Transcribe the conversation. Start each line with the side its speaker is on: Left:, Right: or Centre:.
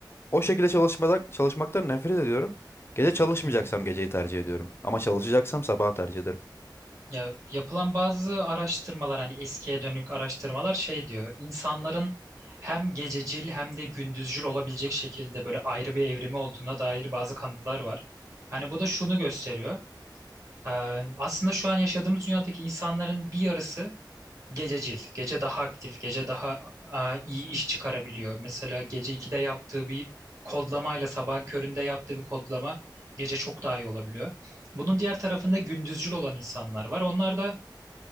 Left: O şekilde çalışmadan, çalışmaktan nefret ediyorum. Gece çalışmayacaksam
Right: hı hı.
Left: geceyi tercih ediyorum. Ama çalışacaksam sabahı tercih ederim.
Right: Ya, yapılan bazı araştırmalar hani eskiye dönük araştırmalar şey diyor insanların hem gececil hem de gündüzcül olabilecek şekilde böyle ayrı bir evrimi olduğuna dair bazı kanıtlar var. Hani bu da şunu gösteriyor. Ee, aslında şu an yaşadığımız dünyadaki insanların bir yarısı gececil. Gece daha aktif, gece daha e, iyi iş çıkarabiliyor. Mesela gece 2'de yaptığı bir kodlamayla sabah köründe yaptığı bir kodlama gece çok daha iyi olabiliyor. Bunun diğer tarafında gündüzcül olan insanlar var. Onlar da